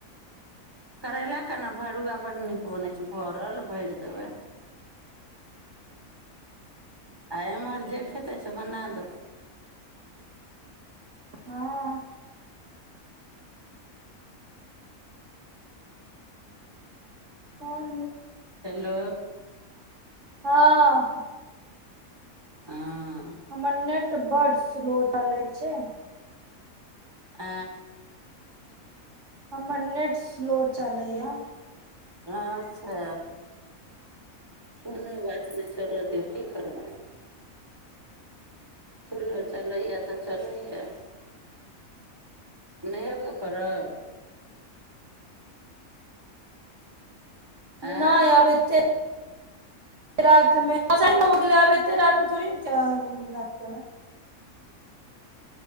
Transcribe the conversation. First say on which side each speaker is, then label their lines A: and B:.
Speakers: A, on the right; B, on the right.
A: करै केना भरुआ बड नीक बनै छै भरल भरि देबै आ एम्हर जे खेतै से बना देबै
B: हँ कोन
A: हेलो
B: हँ
A: ह
B: हमर नेट नेट बड स्लो चलै छै
A: आ
B: हमर नेट सोलो चलैया
A: अच्छा कोनो बात नहि चलऽ दियौ की करबै सोलो चलैए तऽ चलैए नहेबे करब आँ
B: नहि अब एते <unintelligible> मे आब एते रात मे थोड़ी नच